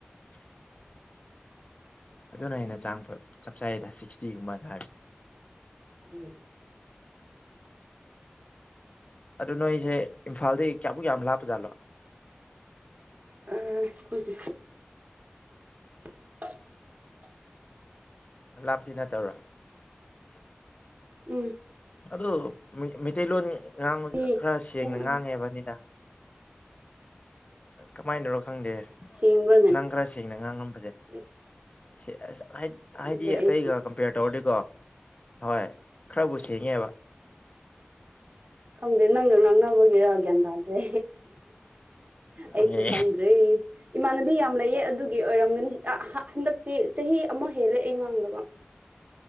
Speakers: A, on the left; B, on the right.
A: ꯑꯗꯨꯅ ꯍꯦꯟꯅ ꯆꯥꯡ ꯆꯞ ꯆꯩꯌꯦꯗ ꯁꯤꯛꯁꯇꯤꯒꯨꯝꯕ ꯆ ꯍꯥꯏꯕꯁꯦ
B: ꯎꯝ
A: ꯑꯗꯨ ꯅꯣꯏꯁꯦ ꯏꯝꯐꯥꯜꯗꯒꯤ ꯀꯌꯥꯃꯨꯛ ꯌꯥꯝ ꯂꯥꯞꯄ ꯖꯥꯠꯂꯣ
B: ꯑꯥ ꯈꯣꯢꯗꯤ <inaudible>
A: ꯂꯞꯄꯇꯤ ꯅꯇꯕ꯭ꯔ
B: ꯎꯝ
A: ꯑꯗꯨ ꯃꯩꯇꯩꯂꯣꯟ ꯉꯥꯡꯕꯗꯨꯗ
B: ꯃꯤ
A: ꯈꯔ ꯁꯦꯡꯅ
B: ꯄꯨꯡ ꯑꯅꯤ
A: ꯉꯥꯡꯉꯦꯕꯅꯤꯗ ꯀꯃꯥꯏꯅꯔꯣ ꯈꯪꯗꯦ
B: ꯁꯦꯡꯕ꯭ꯔꯅꯦ
A: ꯅꯪ ꯈꯔ ꯁꯦꯡꯅ ꯉꯥꯡꯉꯝꯕꯁꯦ
B: ꯑꯦ
A: ꯁꯤ ꯑꯁ
B: ꯈꯪꯗ꯭ꯔꯦ
A: ꯍꯥꯏꯗꯤ ꯑꯇꯩꯒ
B: ꯑꯩꯁꯨ
A: ꯀꯝꯄꯤꯌꯔ ꯇꯧꯔꯗꯤꯀꯣ ꯍꯣꯏ ꯈꯔꯕꯨ ꯁꯦꯡꯉꯦꯕ
B: ꯈꯪꯗꯦ ꯅꯪꯒ ꯉꯥꯡꯅꯕꯒꯤꯔ ꯒ꯭ꯌꯥꯟ ꯇꯥꯗ꯭ꯔꯦ
A: ꯑꯦ
B: ꯑꯩꯁꯨ ꯈꯪꯗ꯭ꯔꯦ ꯏꯃꯥꯟꯅꯕꯤ ꯌꯥꯝ ꯂꯩꯌꯦ ꯑꯗꯨꯒꯤ ꯑꯣꯏꯔꯝꯒꯅꯤ ꯍꯟꯗꯛꯇꯤ ꯆꯍꯤ ꯑꯃ ꯍꯦꯜꯂꯦ ꯑꯩ ꯉꯥꯡꯗꯕ